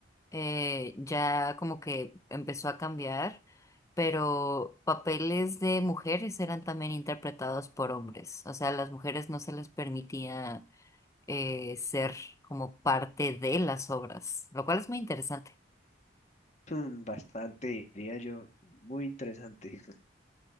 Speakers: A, on the left; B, on the left.
A: eh, ya como que empezó a cambiar, pero papeles de mujeres eran también interpretados por hombres, o sea, a las mujeres no se les permitía eh, ser como parte de las obras, lo cual es muy interesante.
B: <laughs> Mm, Bastante, diría yo. Muy interesante.